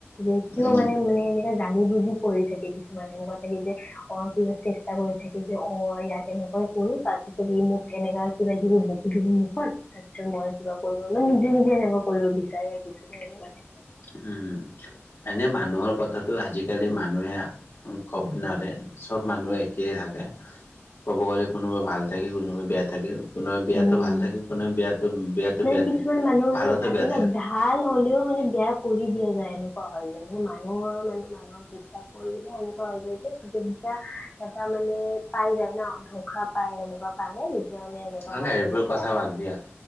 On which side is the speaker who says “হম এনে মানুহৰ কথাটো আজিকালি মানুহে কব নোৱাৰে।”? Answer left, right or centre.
Left